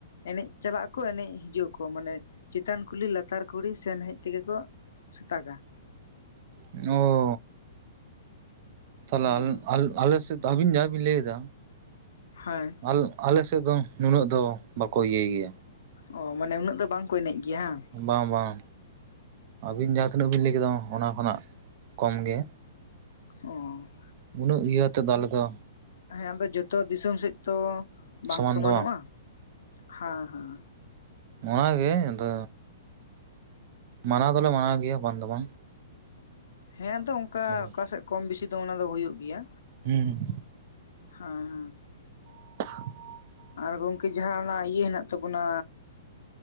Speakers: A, on the left; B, on the right.
A: ᱮᱱᱮᱡ ᱪᱟᱞᱟᱜ ᱟᱠᱚ ᱮᱱᱮᱡ ᱦᱤᱡᱩᱜ ᱟᱠᱚ ᱢᱟᱱᱮ ᱪᱮᱛᱟᱱ ᱠᱩᱞᱦᱤ ᱞᱟᱛᱟᱨ ᱠᱩᱞᱦᱤ ᱥᱮᱱ ᱦᱮᱡ ᱛᱮᱜᱮ ᱠᱚ ᱥᱮᱛᱟᱜᱟ᱾
B: ᱚ᱾ ᱛᱟᱦᱚᱞᱮ
A: ᱦᱩᱸ
B: ᱟᱞᱼᱟᱞ ᱟᱞᱮ ᱥᱮᱫ ᱟᱹᱵᱤᱱ ᱡᱟᱦᱟ ᱵᱤᱱ ᱞᱟᱹᱭᱫᱟ
A: ᱦᱮᱸ᱾
B: ᱟᱞ ᱟᱞᱮᱥᱮᱫ ᱫᱚ ᱱᱩᱱᱟᱹᱜ ᱫᱚ ᱵᱟᱠᱚ ᱤᱭᱟᱹᱭ ᱜᱮᱭᱟ
A: ᱚ ᱢᱟᱱᱮ ᱩᱱᱟᱹᱜ ᱫᱚ ᱵᱟᱝ ᱠᱚ ᱮᱱᱮᱡ ᱜᱮᱭᱟ ᱵᱟᱝ?
B: ᱵᱟᱝ ᱵᱟᱝ ᱟᱹᱵᱤᱱ ᱡᱟᱦᱟᱸ ᱛᱤᱱᱟᱹᱜ ᱵᱤᱱ ᱞᱟᱹᱭ ᱠᱮᱫᱟ ᱚᱱᱟ ᱠᱷᱚᱱᱟᱜ ᱠᱚᱢ ᱜᱮ᱾
A: ᱚᱸ᱾
B: ᱩᱱᱟᱹᱜ ᱤᱭᱟᱹᱛᱮᱫᱚ ᱟᱞᱮᱚᱫᱚ
A: ᱦᱮᱸ ᱟᱫᱚ ᱡᱚᱛᱚ ᱫᱤᱥᱚᱢ ᱥᱮᱫ ᱛᱚ ᱵᱟᱝ
B: ᱥᱚᱢᱟᱱ
A: ᱥᱚᱢᱟᱱᱚᱜᱼᱟ,
B: ᱫᱚ
A: ᱦᱮᱸ ᱦᱮᱸ᱾
B: ᱱᱳᱭᱟ ᱜᱮ ᱟᱫᱚ ᱢᱟᱱᱟᱣ ᱫᱚᱞᱮ ᱢᱟᱱᱟᱣ ᱜᱮᱭᱟ ᱵᱟᱝ ᱫᱚ ᱵᱟᱝ᱾
A: ᱦᱮᱸ ᱟᱫᱚ ᱚᱱᱠᱟ
B: ᱡᱮᱢᱚᱱ
A: ᱚᱠᱟᱥᱮᱫ ᱠᱚᱢ ᱵᱮᱥᱤ ᱫᱚ ᱚᱱᱟ ᱫᱚ ᱦᱩᱭᱩᱜ ᱜᱮᱭᱟ
B: ᱦᱩᱸ᱾
A: ᱦᱮᱸ ᱦᱮᱸ᱾
B: <inaudible>
A: ᱟᱨ ᱜᱚᱢᱠᱮ ᱡᱟᱦᱟᱸ ᱟᱱᱟᱜ ᱤᱭᱟᱹ ᱦᱮᱱᱟᱜ ᱛᱟᱵᱚᱱᱟ